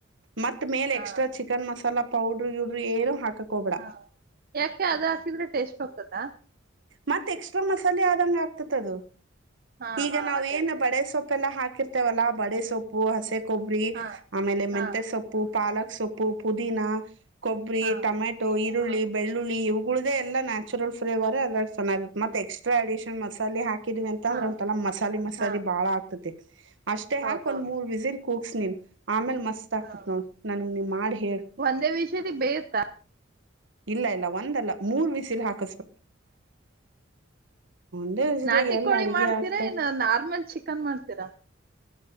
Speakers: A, on the right; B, on the right.
A: ಮತ್ ಮೇಲೆ
B: ಹಾ
A: ಎಕ್ಸ್ಟ್ರಾ ಚಿಕನ್ ಮಸಾಲಾ ಪೌಡರು ಗಿವಡರು ಏನೋ ಹಾಕಕ್ ಹೋಗಬೇಡ.
B: ಹಾ ಯಾಕೆ ಅದ ಹಾಕಿದ್ರೆ ಟೇಸ್ಟ್ ಹೋಗ್ತದಾ
A: ಮತ್ತ ಎಕ್ಸ್ಟ್ರಾ ಮಸಾಲೆ ಆದಂಗ ಆಗ್ತತ್ ಅದು.
B: ಹಾ
A: ಈಗ
B: ಹಾ
A: ನಾವ
B: ಅದೇ
A: ಏನು
B: ಅದೇ
A: ಬಡೆ ಸೊಪ್ಪೆಲ್ಲ ಹಾಕಿರ್ತೇವಲ್ಲಾ ಬಡೆ ಸೊಪ್ಪು ಹಸೆ ಕೊಬ್ರಿ
B: ಹಾ
A: ಆಮೇಲೆ
B: ಹಾ
A: ಮೆಂತೆ ಸೊಪ್ಪು ಪಾಲಕ್ ಸೊಪ್ಪು ಪುದೀನಾ ಕೊಬ್ಬರಿ
B: ಹಾ
A: ಟೊಮೆಟೊ ಈರುಳ್ಳಿ
B: ಹಾ
A: ಬೆಳ್ಳುಳ್ಳಿ ಇವುಗಳ್ದೇ. ಇಲ್ಲ ನ್ಯಾಚು ಫಲೇವರೆ ಅದ್ರ ಚೆನ್ನಾಗಿ ಮತ್ತೆ ಎಕ್ಸ್ಟ್ರ ಅಡಿಷನ್ ಮಸಾಲೆ ಹಾಕಿದೀವಿ ಅಂತಂದ್ರೆ
B: ಹಾ
A: ಒಂತಲ ಮಸಾಲೆ ಮಸಾಲಿ
B: ಹಾ
A: ಬಾಳ ಆಗ್ತತಿ. ಹ ಅಷ್ಟೇ
B: ಹೌದೌದು
A: ಹಾಕ್ ಒಂದ್ ಮೂರ್ ವಿಸಿಲ್ ಕೂಗ್ಸ್ ನೀನ್. ಆಮೇಲ್ ಮಸ್ತ್ ಆಗ್ತತ್
B: ಹಾ.
A: ನೋಡ ನನ್ಗೆ ನೀ ಮಾಡಿ ಹೇಳ.
B: ಒಂದೇ ವಿಷಯದ ಬೇಯುತ್ತಾ
A: ಇಲ್ಲ ಇಲ್ಲ ಒಂದಲ್ಲ ಮೂರ್ ವಿಸಿಲು ಹಾಕ. ಒಂದೇ ವಿಸಿಲಿಗೆ
B: ನಾಟಿ
A: ಎಲ್ಲ
B: ಕೋಳಿ
A: ಅಡಗೆ
B: ಮಾಡ್ತೀರಾ
A: ಆಗ್ತಾವ
B: ಏನ ನಾರ್ಮಲ್ ಚಿಕನ್ ಮಾಡ್ತೀರಾ.